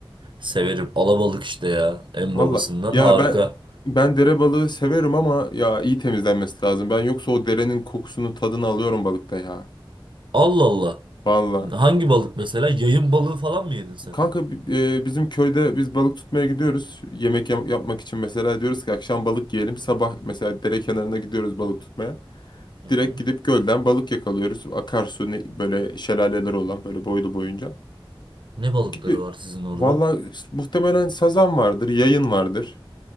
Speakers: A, on the right (about 60°); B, on the left (about 55°).
A: Severim. Alabalık işte ya. En
B: Valla.
A: babasından
B: Ya
A: harika.
B: ben ben dere balığı severim ama ya iyi temizlenmesi lazım. Ben yoksa o derenin kokusunu tadını alıyorum balıkta ya.
A: Allah Allah.
B: Valla.
A: Hangi balık mesela? Yayın balığı falan mı yedin sen?
B: Kanka bi- e, bizim köyde biz balık tutmaya gidiyoruz. Yemek yap- yapmak için mesela diyoruz ki akşam balık yiyelim. Sabah mesela dere kenarına gidiyoruz balık tutmaya.
A: Hı hı.
B: Direkt gidip gölden balık yakalıyoruz. Akarsu ne, böyle şelaleler olan böyle boylu boyunca.
A: Ne balıkları
B: Gidiyor.
A: var sizin orada?
B: Valla muhtemelen sazan vardır, yayın vardır.